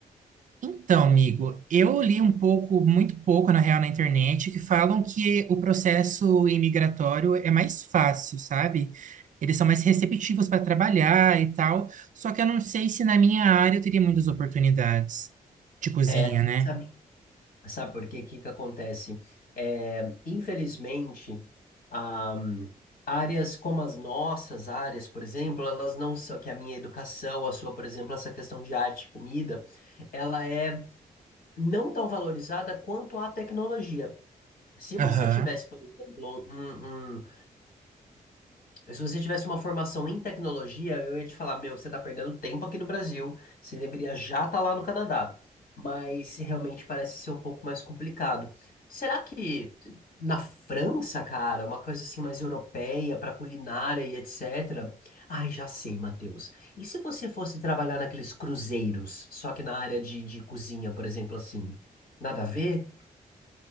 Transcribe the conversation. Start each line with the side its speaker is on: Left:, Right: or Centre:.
Right: Então, amigo, eu li um pouco, muito pouco, na real, na internet, que falam que o processo imigratório é mais fácil, sabe? Eles são mais receptivos para trabalhar e tal. Só que eu não sei se na minha área eu teria muitas oportunidades de cozinha,
Left: É,
Right: né?
Left: sabe, sabe por quê? O que que acontece? É, infelizmente, ahm, áreas como as nossas áreas, por exemplo, elas não são, que a minha educação, a sua, por exemplo, essa questão de arte e comida, ela é não tão valorizada quanto a tecnologia. Se você
Right: Aham.
Left: tivesse, por exemplo, um, um, Mas Se você tivesse uma formação em tecnologia, eu ia te falar, meu, você está perdendo tempo aqui no Brasil, você deveria já estar lá no Canadá. Mas realmente parece ser um pouco mais complicado. Será que na França, cara, uma coisa assim mais europeia, para culinária e etc. Ai, já sei, Matheus. E se você fosse trabalhar naqueles cruzeiros, só que na área de, de cozinha, por exemplo, assim? Nada a ver?